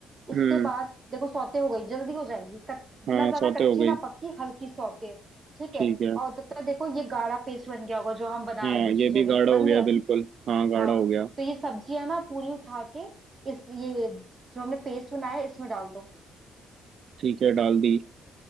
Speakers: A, on the right; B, on the right.
A: इसके
B: हम्म
A: बाद देखो सौते हो गई जल्दी हो जाएंगी कच-
B: हाँ
A: ना ज्यादा
B: सौते
A: कच्ची
B: हो गई
A: ना पक्की हल्की सौते ठीक
B: ठीक
A: है
B: है
A: और तब तक देखो ये गाढ़ा पेस्ट बन गया होगा जो हम बना
B: हाँ
A: रहे हैं दूसरी
B: ये
A: जगह
B: भी गाढ़ा
A: बन
B: हो गया
A: गया
B: बिल्कुल हाँ गाढ़ा
A: हाँ
B: हो गया
A: तो ये सब्जियां ना पूरी उठा के इस ये जो हमने पेस्ट बनाया है, इसमें डाल दो
B: ठीक है डाल दी